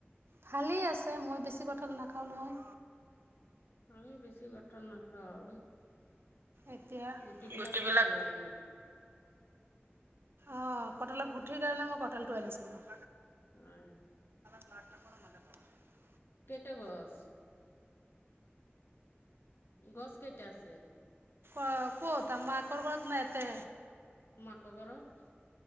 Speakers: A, on the right; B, on the left.
A: ভালেই আছে। মই বেছি কঁঠাল নাখাওঁ, নহয়।
B: আমি বেছি গটন নাখাওঁ?
A: এতিয়া
B: গুটি বিলাক
A: গুটিবিলাক
B: খাই ভাল লাগে।
A: অ', কঠালৰ গুঠিৰ কাৰণে মই কঠালটো আনিছিলো।
B: <unintelligible>
A: <unintelligible>
B: কেইটা গছ? গছ কেইটা আছে?
A: অ', ক'ত মাকৰ ঘৰত নাই তে?
B: মাকৰ ঘৰত।